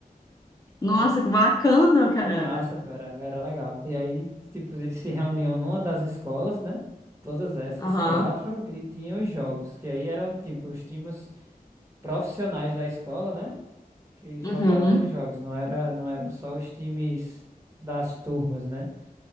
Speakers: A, on the right; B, on the left.
A: E
B: Nossa,
A: aí
B: que bacana, cara.
A: Era massa, pô, era, era legal. E aí, tipo, eles se reuniam numa das escolas, né? Todas essas
B: Aham.
A: quatro, e tinham os jogos, que aí eram, tipo, os times profissionais da escola, né? Que jogavam
B: Uhum.
A: os jogos, não era, não eram só os times das turmas, né?